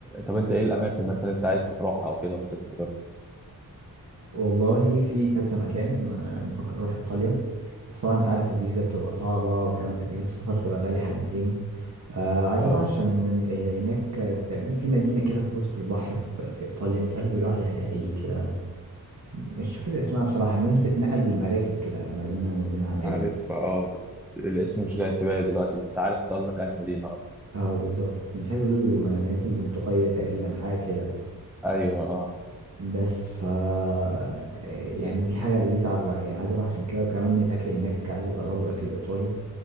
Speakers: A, in the centre; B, on the right.
A: طب انت ايه الاماكن مثلا انت عايز تروحها او كده مثلا سبب
B: والله في كذا مكان آه، بفكر اروح ايطاليا بس طبعا انت عارف الفيزا بتبقى صعبة وكمان تكاليف السفر تبقى غالية حبتين آه عايز
A: اه
B: اروح عشان آه، هناك آه، تقريبا في مدينة كده في وسط البحر في, في ايطاليا مش عارف بيقولوا عليها ايه كده مش فاكر اسمها بصراحة الناس بتتنقل بالمراكب كده ما بينها وما بين العماير
A: عارف اه بس الاسم مش جاي في بالي دلوقتي بس عارف انت قصدك انهي مدينه اه
B: اه بالظبط مش عارف بيقولوا م- مدينة البندقية تقريبا حاجة كده
A: ايوه اه
B: بس ف آه، يعني دي حاجة لذيذة بقى، يعني عايز اروح عشان كده وكمان الأكل هناك عايز أجربه الأكل الإيطالي